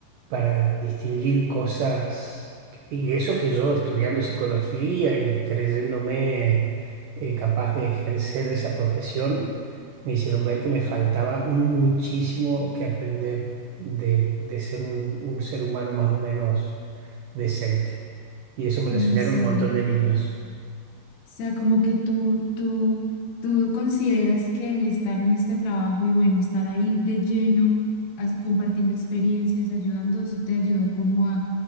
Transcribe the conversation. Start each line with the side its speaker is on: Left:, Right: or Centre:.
Right: para distinguir cosas. Y eso que yo estudiando psicología y creyéndome eh, capaz de ejercer esa profesión, me hicieron ver que me faltaba muchísimo que aprender de, de ser un un ser humano más o menos decente. Y eso me
Left: no
Right: lo enseñaron
Left: sé.
Right: un montón de niños.
Left: O sea, como que tú, tú, tú consideras que el estar en este trabajo y bueno, estar ahí de lleno, as- compartiendo experiencias, ayudando, eso te ayudó como